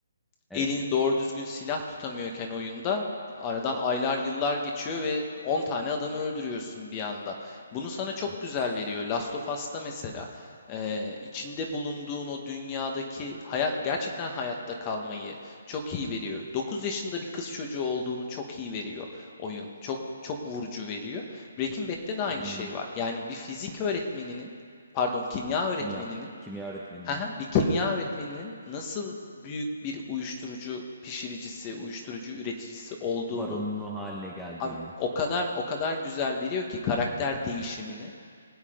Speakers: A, in the centre; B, on the left.
A: Evet.
B: elini doğru düzgün silah tutamıyorken oyunda aradan aylar yıllar geçiyor ve 10 tane adamı öldürüyorsun bir anda. Bunu sana çok
A: evet.
B: güzel veriyor. Last of Us'ta mesela e, içinde bulunduğun o dünyadaki haya- gerçekten hayatta kalmayı çok iyi veriyor. 9 yaşında bir kız çocuğu olduğunu çok iyi veriyor oyun. Çok çok vurucu veriyor. Breaking Bad'de de aynı
A: Hmm,
B: şey var. Yani bir fizik öğretmeninin, pardon, kimya öğretmeninin
A: kimya. Kimya öğretmeninin
B: Haha, bir kimya öğretmeninin nasıl büyük bir uyuşturucu pişiricisi, uyuşturucu üreticisi olduğunu
A: baronluğu haline geldiğini.
B: abi o kadar o kadar güzel veriyor ki karakter değişimini.